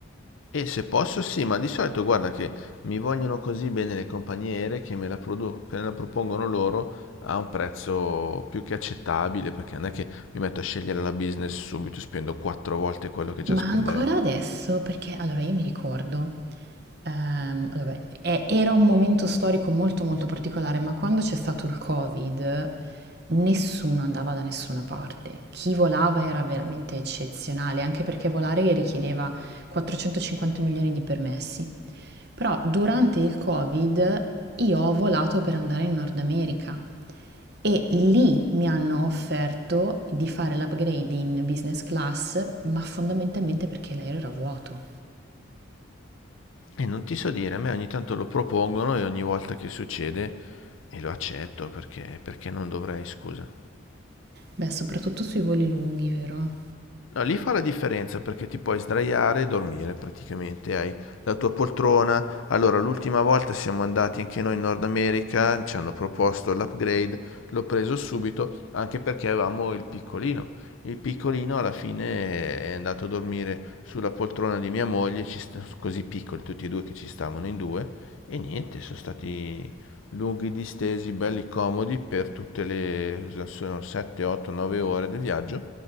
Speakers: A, on the left; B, on the right.
A: E se posso sì, ma di solito guarda che mi vogliono così bene le compagnie aeree che me la, produ- me la propongono loro a un prezzo più che accettabile, perché non è che mi metto a scegliere la business subito, spendo quattro volte quello che già
B: Ma
A: spenderei.
B: ancora adesso, perché allora io mi ricordo, ehm, vabbè, è- era un momento storico molto molto particolare, ma quando c'è stato il Covid nessuno andava da nessuna parte. Chi volava era veramente eccezionale, anche perché volare richiedeva 450 milioni di permessi. Però durante il Covid io ho volato per andare in Nord America e lì mi hanno offerto di fare l'upgrade in business class, ma fondamentalmente perché l'aereo era vuoto.
A: E non ti so dire, a me ogni tanto lo propongono e ogni volta che succede e lo accetto perché, perché non dovrei, scusa.
B: Beh, soprattutto sui voli lunghi, vero?
A: No, lì fa la differenza perché ti puoi sdraiare e dormire praticamente, hai la tua poltrona. Allora, l'ultima volta siamo andati anche noi in Nord America, ci hanno proposto l'upgrade, l'ho preso subito anche perché avevamo il piccolino. Il piccolino alla fine è andato a dormire sulla poltrona di mia moglie, ci st- così piccoli tutti e due che ci stavano in due, e niente, sono stati Lunghi distesi, belli comodi per tutte le cosa sono 7, 8, 9 ore del viaggio.